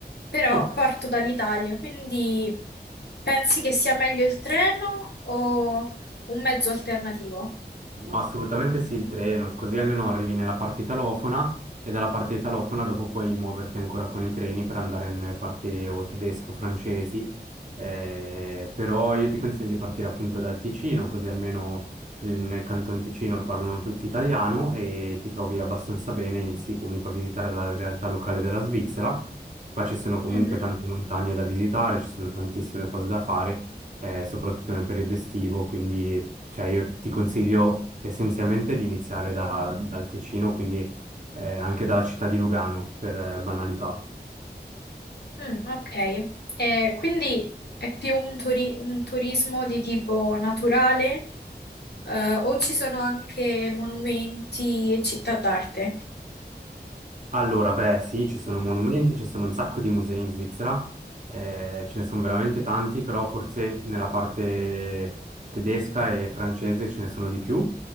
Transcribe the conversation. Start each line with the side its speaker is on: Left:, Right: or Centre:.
Left: però
Right: Ok.
Left: parto dall'Italia, quindi pensi che sia meglio il treno o un mezzo alternativo?
Right: No, Assolutamente sì, il treno, così almeno arrivi nella parte italofona e dalla parte italofona dopo puoi muoverti ancora con i treni per andare nelle parti o tedesche o francesi, eh, però io ti consiglio di partire appunto dal Ticino, così almeno il- nel Canton Ticino parlano tutti italiano e ti trovi abbastanza bene, inizi comunque a visitare la realtà locale della Svizzera, qua ci sono comunque
Left: Mhm.
Right: tante montagne da visitare, ci sono tantissime cose da fare eh, soprattutto nel periodo estivo, quindi cioè, io ti consiglio essenzialmente di iniziare da- dal Ticino, quindi eh, anche dalla città di Lugano, per eh, banalità.
Left: Mm, ok, Eh, quindi è più un, turi- un turismo di tipo naturale, eh, o ci sono anche monumenti e città d'arte?
Right: Allora, beh, sì, ci sono monumenti, ci sono un sacco di musei in Svizzera, eh, ce ne sono veramente tanti, però forse nella parte tedesca e francese ce ne sono di più,